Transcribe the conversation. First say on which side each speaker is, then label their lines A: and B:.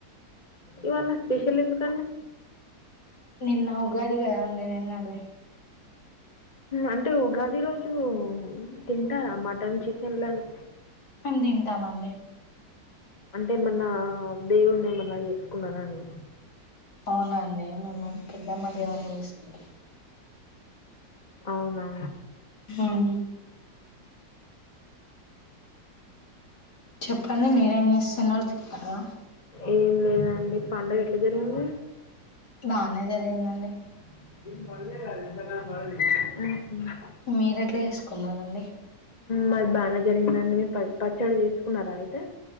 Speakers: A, on the left; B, on the left.
A: ఇవన్న స్పెషల్ ఎందుక
B: నిన్న ఉగాదిగాదా అండి నిన్నటది
A: అంటే ఉగాది రోజు తింటారా మటన్ చికెన్లని
B: అ తింటామండి
A: అంటే ఏమన్నా దేవుని ఏమన్నా చేసుకున్నరా అండి
B: అవునండి మేము పెద్దమ్మ దేవుణ్ణి చేసుకుంటాం
A: అవునా
B: ఉమ్ చెప్పండి మీరేం చేస్తున్నారు తిన్నారా హాలో
A: ఏం లేదండి పండగ ఎట్లా జరిగింది
B: బానే జరిగిందండి
A: ఇం మదది మ
B: మీరు ఎట్లా చేసుకున్నారండి
A: మాది బాగా జరిగిందండి మీ ప పచ్చడి చేసుకున్నారా అయితే